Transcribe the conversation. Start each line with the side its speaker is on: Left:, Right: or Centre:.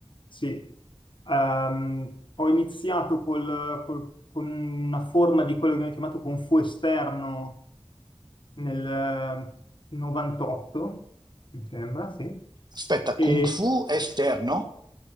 Left: Sì. Ehm, ho iniziato col- col- con una forma di quello che viene chiamato Kung Fu esterno nel eh, 98, mi sembra, sì.
Right: aspetta, Kung
Left: E
Right: Fu esterno,